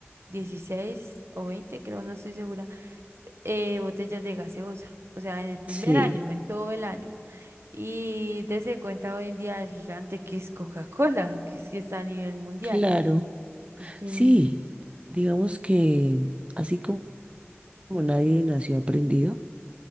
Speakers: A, on the right; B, on the right.
A: 16 o 20 creo, no estoy segura, eh, botellas de gaseosa. O sea, en el primer
B: Sí,
A: año, en todo el año. Y dése cuenta hoy en día el gigante que es Coca-Cola, que es que está a nivel mundial.
B: claro.
A: Y quien,
B: Sí, digamos que así como nadie nació aprendido,